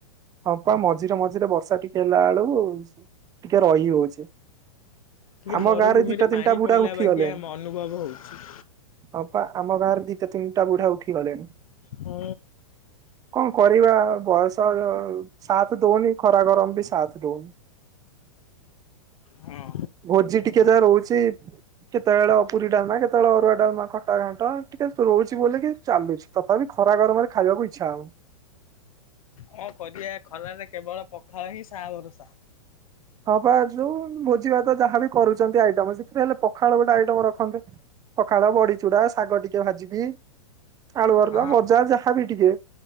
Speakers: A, on the right; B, on the left.
A: ହଁ ପା ମଝିରେ ମଝିରେ ବର୍ଷା ଟିକେ ହେଲା ବେଳକୁ ଟିକେ ରହି ହଉଛି।
B: ଟିକେ
A: ଆମ
B: ମରୁଭୂମି
A: ଗାଁରେ ଦିଟା
B: ରେ
A: ତିନିଟା
B: ପାଣି
A: ବୁଢା
B: ପଇଲା
A: ଉଠିଗଲେଣି।
B: ବାଗିଆ ଅନୁଭବ ହଉଛି।
A: ହଁ ପା ଆମ ଗାଁରେ ଦିଟା ତିନିଟା ବୁଢା ଉଠି ଗଲେଣି।
B: ହୁଁ।
A: କଣ କରିବା ବୟସ ସଥ ଦଉନି ଖରା ଗରମ ବିି ସାଥ ଦଉନି।
B: ହଁ।
A: ଭୋଜି ଟିକେ ଯାହା ରହୁଚି। କେତେବେଳେ ପୁରୀ ଡାଲମା କେତେବେଳେ ଅରୁଆ ଡାଲମା ଖଟା ଘାଣ୍ଟ ଟିକେ ରହୁଛି ବୋଲି ଚାଲୁଛି। ତଥାପି ଖରା ଗରମରେ ଖାଇବାକୁ ଇଚ୍ଛା ହବ।
B: ହଁ କରିବା ଖରାରେ କେବଳ ପଖାଳ ହିଁ ସା ଭରସା।
A: ହଁ ବା ଯୋଉ ଭୋଜି ଭାତ ଯାହାବି କରୁଛନ୍ତି ଆଇଟମ ସେଥିରେ ହେଲେ ପଖାଳ ଗୋଟେ ଆଇଟମ ରଖନ୍ତେ। ପଖାଳ ବଡିଚୁରା ଶାଗ ଟିକେ ଭାଜିବି। ଆଳୁଆର
B: ହଁ
A: ଯା ଭଜା ଯାହାବି ଟିକେ